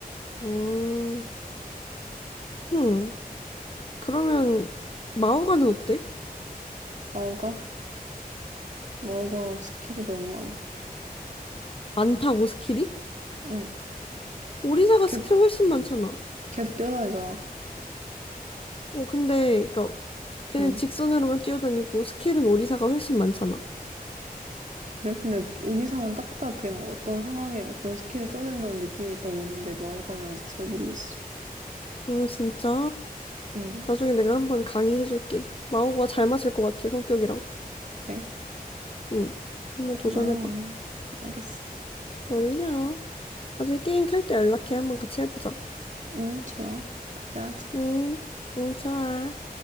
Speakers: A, on the left (about 35°); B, on the right (about 50°).
A: 어, 흠. 그러면, 마오가는 어때?
B: 마우가? 마우가 스킬이 너무 많아.
A: 많다고, 스킬이?
B: 응.
A: 오리사가
B: 걔,
A: 스킬 훨씬 많잖아.
B: 걔도 뛰어다니잖아.
A: 어, 근데, 그니까, 걔는
B: 응.
A: 직선으로만 뛰어다니고, 스킬은 오리사가 훨씬 많잖아.
B: 그래? 근데 우리상은 딱딱 그냥 어떤 상황에 어떤 스킬을 써야 된다는 느낌이 딱 오는데, 마우가는 아직 잘 모르겠어.
A: 어, 진짜.
B: 응.
A: 나중에 내가 한번 강의해줄게. 마오가 잘 맞을 것 같아, 성격이랑.
B: 그래.
A: 응. 한번
B: 고마워.
A: 도전해봐.
B: 알겠어.
A: 뭘요? 나중에 게임 켤 때 연락해. 한번 같이 해보자.
B: 응, 좋아. 그때 하자.
A: 응, 응, 좋아.